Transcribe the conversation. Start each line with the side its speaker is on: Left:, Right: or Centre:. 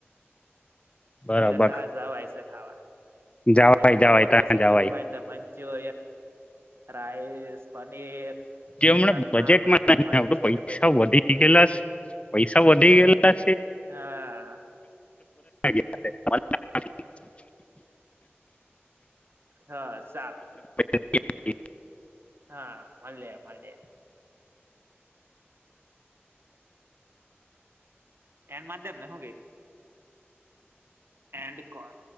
Left: બરોબર
Right: એ લેતા જાવ આઈસે હાવા
Left: જવાય
Right: એ તો બપોર
Left: જવાય ત્યાં
Right: પછી
Left: જવાય
Right: જુલું ભાઈ મ જ હો રાઈસ, પનીર, ચિકનમાં,
Left: જે હમણાં બજેટમાં
Right: બધું
Left: નથી
Right: મળે
Left: આવતું
Right: જ છે
Left: પૈસા
Right: એટલે પછી
Left: વધી ગયેલા છે પૈસા વધી ગયેલા
Right: હા
Left: <inaudible>
Right: હા સારું.
Left: <inaudible>
Right: હા મળ્યા મળડે એણ માધ્યમને હગી એન્ડ કોલ